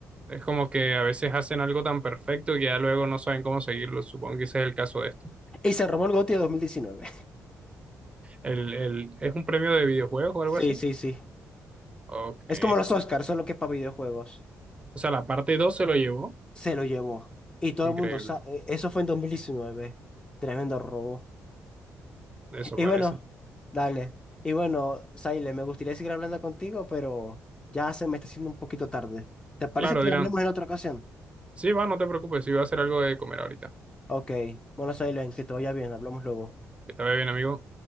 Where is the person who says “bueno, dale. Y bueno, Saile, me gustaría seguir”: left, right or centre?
Left